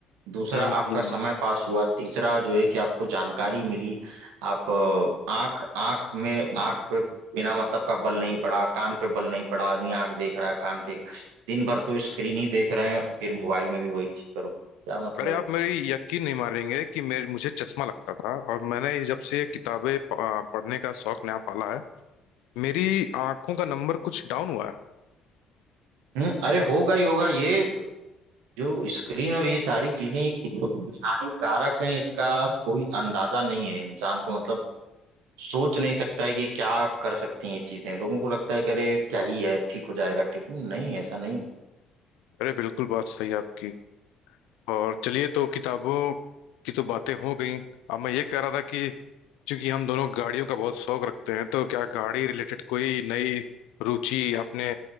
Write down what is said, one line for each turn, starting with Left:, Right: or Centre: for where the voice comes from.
Right: दूसरा
Left: हम्म।
Right: आपका
Left: हम्म।
Right: समय पास हुआ तीसरा जो है कि आपको जानकारी मिली आप अ, आंख आंख में आंख पे बिना मतलब का बल नहीं पड़ा कान पे बल नहीं पड़ा आदमी आंख देख रहा है कान देख दिन भर तो स्क्रीन ही देख रहे हैं फिर मोबाइल में भी वही चीज करो क्या मतलब
Left: अरे
Right: है
Left: आप मेरी यकीन नहीं मारेंगे कि मेरे मुझे चश्मा लगता था और मैंने जब से ये किताबें प- आ, पढ़ने का शौक नया पाला है मेरी आंखों का नंबर कुछ डाउन हुआ है
Right: हम्म अरे होगा ही होगा ये जो स्क्रीन और ये सारी चीजें ये कितनी हानिकारक हैं इसका कोई अंदाजा नहीं है इंसान को मतलब सोच नहीं सकता है कि क्या कर सकती हैं ये चीजें लोगों को लगता है कि अरे क्या ही है ठीक हो जाएगा ठीक नहीं ऐसा नहीं
Left: अरे बिल्कुल बात सही है आपकी और चलिए तो किताबों की तो बातें हो गई अब मैं ये कह रहा था कि चूंकि हम दोनों गाड़ियों का बहुत शौक रखते हैं तो क्या गाड़ी रिलेटेड कोई नई रुचि आपने